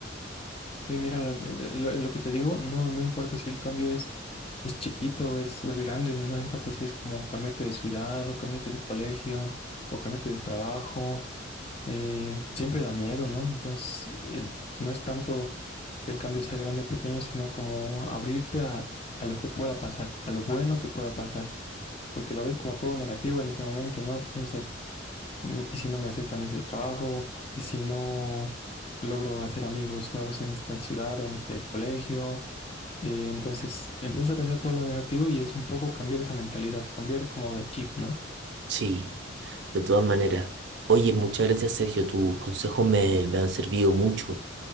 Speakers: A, on the left; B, on the right.
A: Sí, mira, lo, lo- lo que te digo, no, no importa si el cambio es, es chiquito o es, o es grande, no no importa si es como cambiarte de ciudad o cambiarte de colegio o cambiarte de trabajo, eh, siempre da miedo, ¿no? Entonces, eh, no es tanto que el cambio sea grande o pequeño, sino como abrirte a, a lo que pueda pasar, a lo bueno que pueda pasar, porque lo ves como todo negativo en ese momento, ¿no? Piensas y si no me aceptan ese trabajo, y si no logro hacer amigos nuevos en esta ciudad o en este colegio. Eh, entonces empiezas a pensar todo lo negativo y es un poco cambiar esa mentalidad, cambiar como de chip, ¿no?
B: Sí, de todas maneras. Oye, muchas gracias, Sergio. Tus consejos me, me han servido mucho.